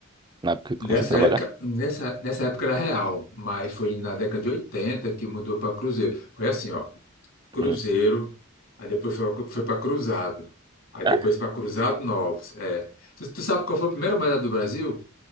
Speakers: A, on the right (about 20°); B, on the left (about 65°).
A: Na época que tu
B: Nessa
A: começou a trabalhar?
B: época, nessa, nessa época era real, mas foi na década de 80 que mudou para Cruzeiro. Foi assim, ó, Cruzeiro,
A: Hum.
B: aí depois foi, foi para Cruzado, aí
A: É?
B: depois para Cruzado Novos. É. Tu, tu sabe qual foi a primeira moeda do Brasil?